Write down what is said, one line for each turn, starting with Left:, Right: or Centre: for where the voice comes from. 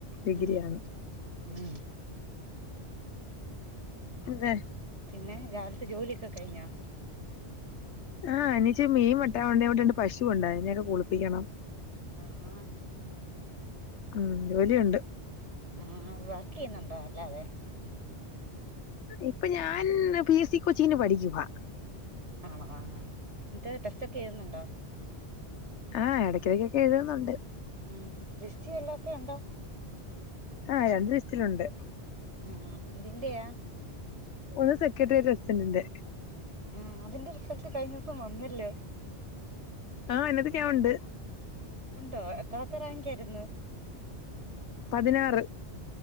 Left: ഡിഗ്രിയാന്ന്
Right: ഉം ഉം ഊ
Left: ഏന്തേ
Right: പിന്നെ രാവിലത്തെ ജോലിയൊക്കെ കഴിഞ്ഞോ
Left: ആഹ് എനച്ചി മീൻ വെട്ടാനുണ്ട്, ഇവടെരണ്ടുപശുണ്ട് അതിനെയൊക്കെ കുളിപ്പിക്കണം
Right: ആ ഹാ
Left: ഉം ജോലിയുണ്ട്
Right: ആ വർക്ക് ചെയ്യുന്നുണ്ടോ അല്ലാതെ
Left: ഇപ്പൊ ഞാൻ പി എസ് സി കൊച്ചിങ്ങിന് പഠിക്കുവാ
Right: ആണോ ആണോ, ന്നിട്ട്ടെസ്റ്റ്‌ഒക്കെ എഴുതുന്നുണ്ടോ
Left: ആഹ് ഇടയ്ക്കിടക്കൊക്കെ എഴുതുന്നുണ്ട്
Right: ഉം ദിസ്റ്റി എല്ലാം ഒക്കെ ഉണ്ടോ
Left: ആ രണ്ട് ലിസ്റ്റിലുണ്ട്
Right: ആ എന്തിന്റെയാ
Left: ഒന്ന് സെക്രട്ടേറിയേറ്റ് പ്രസിഡന്ണ്ട്
Right: ആ അതിന്റെ റിസൾട്ട് കഴിഞ്ഞീസം വന്നല്ലേ
Left: ആഹ എന്നത്തൊക്കെ നൻ ഉണ്ട്
Right: ഉണ്ടോ എത്രത്തെ റാങ്ക് ആയിരുന്നു
Left: പതിനാറ്